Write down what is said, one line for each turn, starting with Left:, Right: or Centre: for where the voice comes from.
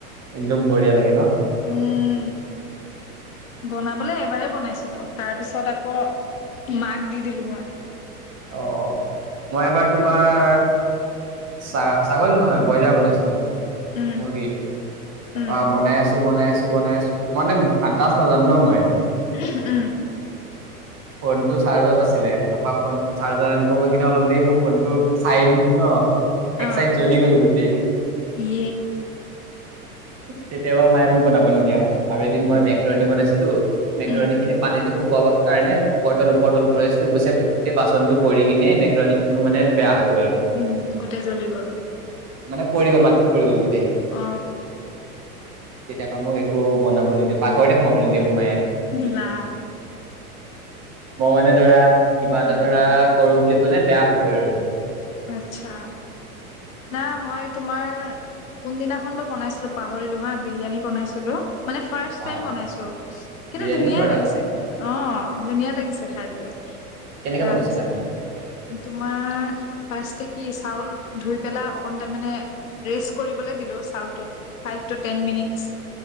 Right: একদম বঢ়িয়া লাগে ন‌?
Left: উম বনাবলে এবাৰ বনাইছিলো তাৰ পিছত পিছত আকৌ মাক দি দিলো মই
Right: অ অ মই এবাৰ তোমাৰ চা ছাগলী নহয় ব্ৰইলাৰ বনাইছিলোঁ
Left: উম
Right: মুৰ্গী তাৰপা
Left: উম
Right: বনাই আছো বনাই আছো বনাই আছো মানে আন্তাজ নাজানো ন মই
Left: উম
Right: ফোন টো চাৰ্জত আছিলে তাপা ফোনটো চাৰ্জাৰ আনিব গৈ কিনে অলপ দেৰি মই ফোনটো চাই দিলো ন এক
Left: আহ
Right: চাইড জ্বলি গ'ল গোটেই
Left: এ
Right: তেতিয়া পা মায়ে মোক বনাব নিদিয়া হ'ল আৰু এদিন মই
Left: উম
Right: মেকৰণী বনাইছিলো মেকৰণী
Left: উম
Right: খিনি পানীটো শুকাব কাৰণে উপৰ তল উপৰ তল কৰি আছিলো গু গোটেই বাচনটো পৰি কিনে মেকলনি খিনিও মানে বেয়া হ'ল
Left: উম গোটেই জ্বলি গল
Right: মানে পৰি গল মাটিত পৰি গ'ল গোটেই
Left: অ
Right: তেতিয়া বা মোক একো বনাব নিদিয়ে পাকঘৰতে সোমাব নিদিয়ে মায়ে
Left: দিলা
Right: মই মানে ধৰা কিবা এটা
Left: উম
Right: ধৰা কৰো বুলি কলে বেয়া হ'বই আৰু
Left: আ্ছা
Right: উম
Left: না মইতো তোমাৰ কোনদিনাখন বা বনাইছিলোঁ‌ পাহৰিলো হা বিৰিয়ানী বনাইছিলোঁ‌। মানে ফাৰ্ষট
Right: বা
Left: টাইম বনাইছো কিন্তু
Right: বিৰিয়ানীও
Left: ধুনীয়া
Right: পাৰা
Left: লাগিছে খাই অ' ধুনীয়া লাগিছে খাই লৈ
Right: কেনেকে
Left: তাৰপিছত
Right: বনাইছিলা?
Left: তোমাৰ ফাছতে কি চাউলধুই পেলাই অকণ ৰেচ কৰিব দিলোচাউলতো ফাইব টু টেনমিনিত